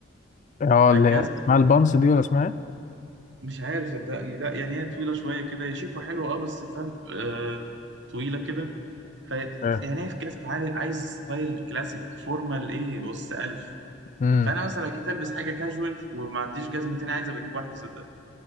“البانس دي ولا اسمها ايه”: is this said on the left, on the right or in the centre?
Left